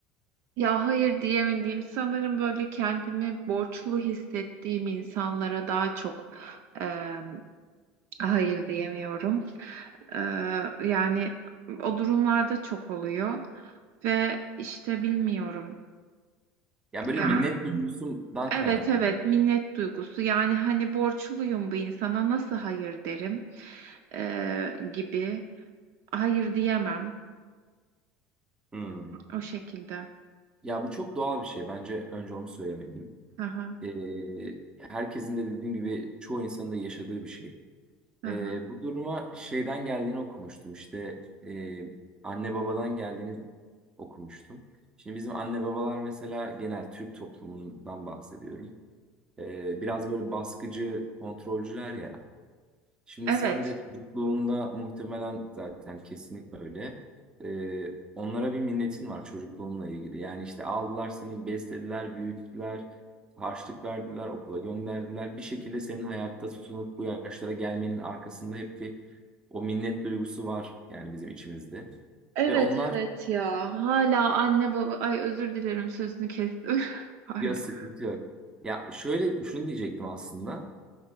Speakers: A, on the right (about 60°); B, on the right (about 15°).
A: Ya hayır diyemediğim sanırım böyle kendimi borçlu hissettiğim insanlara daha çok eee, hayır diyemiyorum. Eee, yani o durumlarda çok oluyor ve işte bilmiyorum.
B: Ya böyle
A: Yani
B: minnet duygusundan
A: evet
B: kaynaklı.
A: evet minnet duygusu yani hani borçluyum bu insana nasıl hayır derim eee, gibi hayır diyemem
B: Hmm.
A: o şekilde.
B: Ya bu çok doğal bir şey. Bence önce onu söylemeliyim.
A: Aha,
B: Ee, herkesin de dediğim gibi çoğu insanın da yaşadığı bir şey.
A: aha.
B: Ee, bu duruma şeyden geldiğini okumuştum İşte e, anne babadan geldiğini okumuştum. Şimdi bizim anne babalar mesela genel Türk toplumundan bahsediyorum. Ee, biraz böyle baskıcı, kontrolcüler ya. Şimdi
A: Evet.
B: sen de çocukluğunda muhtemelen zaten kesinlikle öyle. Ee, onlara bir minnetin var çocukluğunla ilgili. Yani işte aldılar seni, beslediler, büyüttüler, harçlık verdiler, okula gönderdiler. Bir şekilde senin hayatta tutunup bu yaşlara gelmenin arkasında hep bir o minnet duygusu var yani bizim içimizde.
A: Evet
B: Ve onlar
A: evet ya. Hala anne baba ay özür dilerim sözünü kestim. <laughs> Pardon.
B: ya sıkıntı yok. Ya şöyle şunu diyecektim aslında.